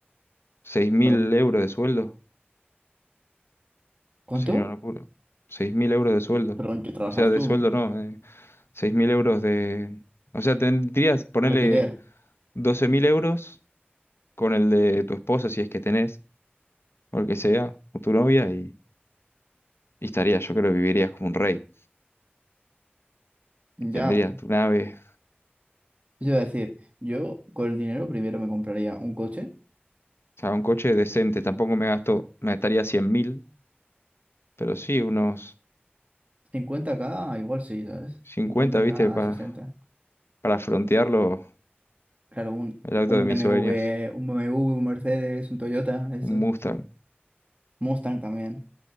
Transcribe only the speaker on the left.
seis mil
euros de sueldo.
Sería una locura. seis mil euros de sueldo.
O sea, de
sueldo no, eh, seis mil euros de... O sea, tendrías, ponele
doce mil euros con el de tu esposa, si es que tenés, o el que sea, o tu novia, y, y estaría, yo creo que vivirías como un rey. Tendrías
tu nave,
o sea, un coche decente. Tampoco me gasto, me gastaría cien mil, pero sí, unos
cincuenta
¿viste?
Para,
para frontearlo,
el auto
de
mis sueños.
Un Mustang,